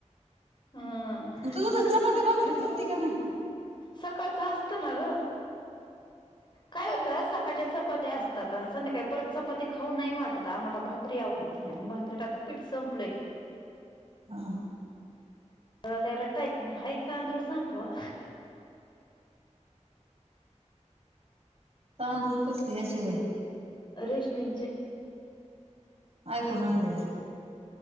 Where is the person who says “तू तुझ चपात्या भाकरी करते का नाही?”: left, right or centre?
Right